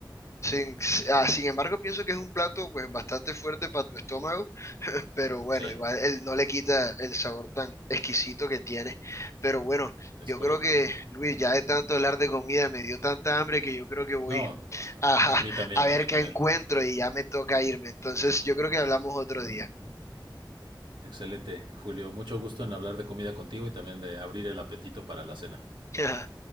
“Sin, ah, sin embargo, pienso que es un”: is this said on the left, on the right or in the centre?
Left